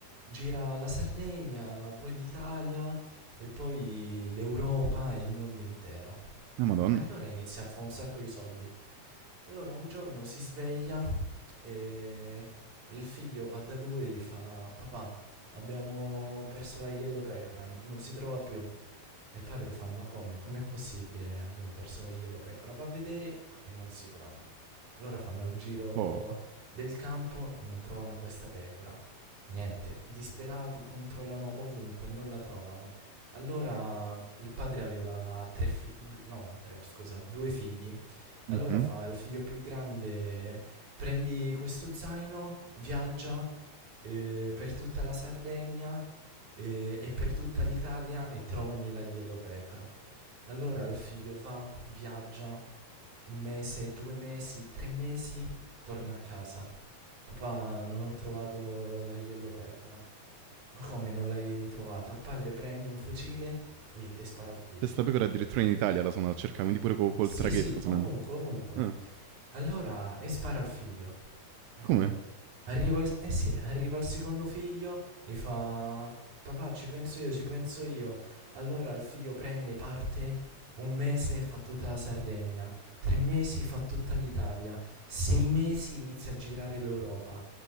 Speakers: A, on the right; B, on the right.
A: Gira la Sardegna, poi l'Italia e poi l'Europa e il mondo intero.
B: Ah, madonna.
A: E allora inizia a fare un sacco di soldi. Allora un giorno si sveglia e il figlio va da lui e gli fa: Papà, abbiamo perso la Yellow Pecora, n- non si trova più. E il padre fa: Ma come? Com'è possibile? Abbiamo perso la Yellow Pecora. Va a vedere e non si trova. Allora fanno il giro
B: Oh.
A: del campo e non trovano questa pecora. Niente, disperati controllano ovunque, non la trovano. Allora il padre aveva tre figli, no, tre, scusa, due figli allora
B: Mh-mh.
A: fa il figlio più grande, prendi questo zaino, viaggia eh, per tutta la Sardegna eh, e per tutta l'Italia e trovami la yellowpecora. Allora il figlio va, viaggia un mese, due mesi, tre mesi, torna a casa. Papà, non ho trovato la yellowpecora. Ma come non l'hai trovata? Il padre prende un fucile lì, e spara al figlio.
B: C'è 'sta pecora addirittura in Italia la sono andata a cercà, quindi pure co col
A: Sì,
B: traghetto
A: sì,
B: se
A: ovunque,
B: n'è andata.
A: ovunque.
B: Ah,
A: Allora, e spara al figlio. Eh
B: come?
A: vabbè. Arriva al, eh sì, arriva il secondo figlio e fa... Papà, ci penso io, ci penso io. Allora il figlio prende parte, un mese fa tutta la Sardegna, tre mesi fa tutta l'Italia, sei mesi inizia a girare l'Europa,